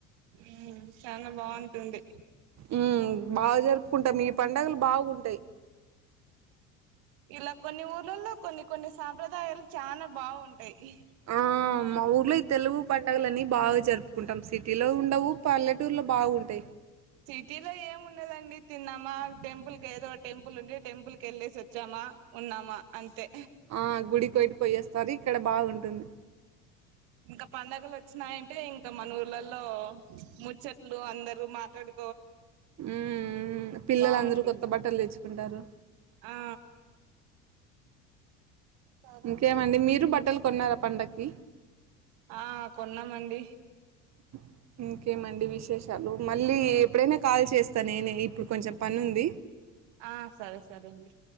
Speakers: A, on the right; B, on the right.
A: ఊ చాలా బాగుంటుంది
B: ఉ బా జరుపుకుంటాం ఈ పండుగలు బాగుంటాయి
A: ఇలా కొన్ని ఊర్లలో కొన్ని కొన్ని సాంప్రదాయాలు చానా బాగుంటాయి
B: ఆ మా ఊర్లో ఈ తెలుగు పండుగలు అన్నీ బాగా జరుపుకుంటాం సిటీలో ఉండవు పల్లె ట్టూరులో బాగుంటాయి
A: సిటీలో ఏం ఉండదండి తిన్నమా టెంపుల్ కేదో టెంపుల్ ఉండే టెంపుల్ కి వెళ్ళేసి వచ్చామా ఉన్నామా అంతే
B: ఆ గుడి కి కొటి పోయేస్తారు ఇక్కడ బాగుంటుంది
A: ఇంకా పండగలు వచ్చినాయంటే ఇంకా మన ఊర్లలో ముచ్చట్లు అందరు‌ మాట్లాడు
B: ఉ ఉ పిల్లలందరూ
A: బాగుంటుంది
B: కొత్త బట్టలు తెచ్చుకుంటారు
A: ఆ సరే
B: ఇంకేమండి
A: అండి
B: మీరు బట్టలు కొన్నారా పండక్కి
A: ఆ కొన్నామండి
B: <inaudible> ఇంకేమండి విశేషాలు మళ్ళీ ఎప్పుడైనా కాల్ చేస్తా నేనే ఇప్పుడు కొంచెం పని ఉంది
A: ఆ సరే సరే అండి